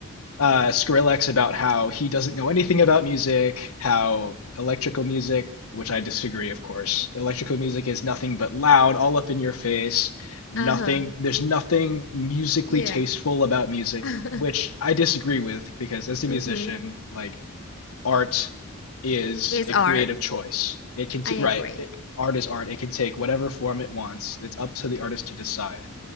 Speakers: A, on the left; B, on the left.
A: uh, Skrillex about how he doesn't know anything about music, how electrical music, which I disagree, of course, electrical music is nothing but loud, all up in your face, nothing,
B: Uh-huh.
A: there's nothing musically
B: Yeah.
A: tasteful about music,
B: <laughs>
A: which I disagree with because as a
B: Mm-hmm.
A: musician, like art is
B: It's
A: a
B: art.
A: creative choice. It can, t-
B: I agree.
A: right, it, art is art. It can take whatever form it wants. It's up to the artist to decide.